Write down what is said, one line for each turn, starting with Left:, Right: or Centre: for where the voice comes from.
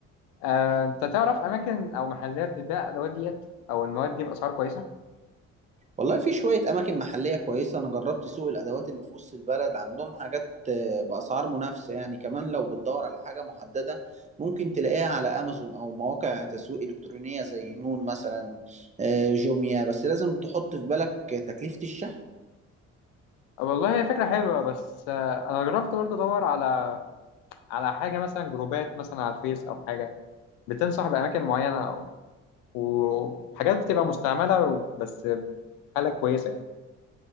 Left: آه انت تعرف اماكن او محلات بتبيع الادوات ديت او المواد دي باسعار كويسه
Right: والله في شوية أماكن محلية كويسة أنا جربت سوق الأدوات اللي في وسط البلد عندهم حاجات آه، بأسعار منافسة يعني كمان لو بتدور على حاجة محددة ممكن تلاقيها على أمازون أو مواقع تسويق إلكترونية زي نون مثلا آه، جوميا بس لازم تحط في بالك تكلفة الشحن
Left: والله هي فكره حلوه بس آه انا جربت برضو ادور على على حاجة مثلا جروبات مثلا على الفيس أو حاجة بتنصح بأماكن معينة أو- وحاجات بتبقى مستعملة بس حالة كويسة يعني